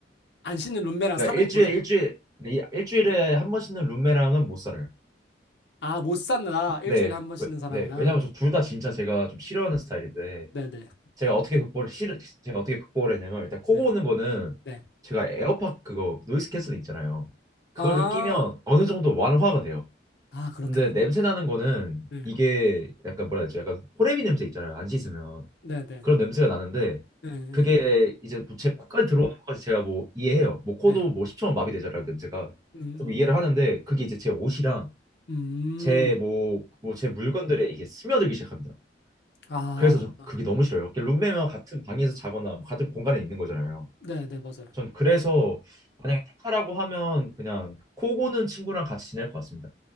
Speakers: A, on the left (about 70°); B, on the right (about 20°).
A: 안 씻는 룸메랑
B: 그러니까
A: 사는
B: 일주일에,
A: 거죠.
B: 일주일, 이- 일주일에 한 번 씻는 룸메랑은 못 살아요.
A: 아, 못 산다. 일주일에
B: 네.
A: 한 번 씻는
B: 왜-
A: 사람이랑.
B: 네. 왜냐면 저 둘 다 진짜 제가 좀 싫어하는 스타일인데,
A: 네네.
B: 제가 어떻게 극복을 실 제가 어떻게 극복을 했냐면 일단 코
A: 네.
B: 고는 거는
A: 네.
B: 제가 에어팟 그거 노이즈 캔슬링 있잖아요. 그거를
A: 아,
B: 끼면 어느
A: 네.
B: 정도 완화가 돼요.
A: 아, 그렇겠네.
B: 근데 냄새 나는 거는
A: 네.
B: 이게 약간 뭐라 해야 되지? 약간 호레미 냄새 있잖아요. 안 씻으면
A: 네네.
B: 그런 냄새가 나는데
A: 네. 네.
B: 그게
A: 네.
B: 이제 뭐제 코까지 들어오는 것까지 제가 뭐 이해해요. 뭐 코도
A: 네.
B: 뭐 10초만 마비되잖아요. 냄새가.
A: 음,
B: 그래서 뭐 이해를
A: 음,
B: 하는데 그게
A: 음.
B: 이제 제 옷이랑
A: 음,
B: 제
A: 음.
B: 뭐 뭐 제 물건들에 이게 스며들기 시작합니다.
A: 아,
B: 그래서 저
A: 아.
B: 그게 너무 싫어요. 이렇게 룸메와 같은 방에서 자거나 뭐 같은 공간에 있는 거잖아요.
A: 네네. 맞아요.
B: 전 그래서 만약에 택하라고 하면 그냥 코고는 친구랑 같이 지낼 것 같습니다.